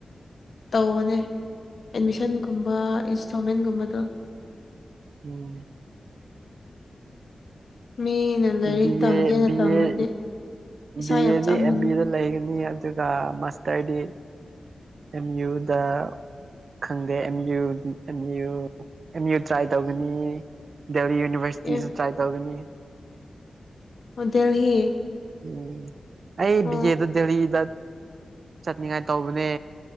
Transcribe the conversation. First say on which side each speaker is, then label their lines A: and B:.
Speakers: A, on the left (about 50°); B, on the right (about 50°).
A: ꯇꯧꯕꯅꯦ ꯑꯦꯗꯃꯤꯁꯟꯒꯨꯝꯕ ꯏꯟꯁꯇꯣꯜꯃꯦꯟꯒꯨꯝꯕꯗꯣ
B: ꯎꯝ
A: ꯃꯤꯅ ꯂꯥꯏꯔꯤꯛ
B: ꯕꯤꯑꯦ
A: ꯇꯝꯒꯦꯅ
B: ꯕꯤꯑꯦ
A: ꯇꯝꯃꯗꯤ ꯄꯩꯁꯥ
B: ꯕꯤꯑꯦꯗꯤ
A: ꯌꯥꯝ ꯆꯪꯕꯅꯦ
B: ꯑꯦꯝꯕꯤ ꯗ ꯂꯩꯒꯅꯤ ꯍꯥꯏ ꯔꯒ ꯃꯥꯁꯇꯔꯗꯤ ꯑꯦꯝ ꯌꯨꯗ ꯈꯪꯗꯦ ꯑꯦꯝ ꯌꯨ ꯗꯤ M U M U try ꯇꯧꯒꯅꯤ ꯗꯦꯍꯂꯤ ꯌꯨꯅꯤꯚꯔꯁꯤꯇꯤꯁꯨ
A: ꯑꯦ
B: ꯇ꯭ꯔꯥꯏ ꯇꯧꯒꯅꯤ
A: ꯍꯣ ꯗꯦꯜꯍꯤ
B: ꯎꯝ ꯑꯩ
A: ꯑꯣ
B: ꯕꯤ ꯑꯦ ꯗꯥ ꯗꯦꯜꯂꯤꯗꯠ ꯆꯠꯅꯤꯡꯉꯥꯏ ꯇꯧꯕꯅꯦ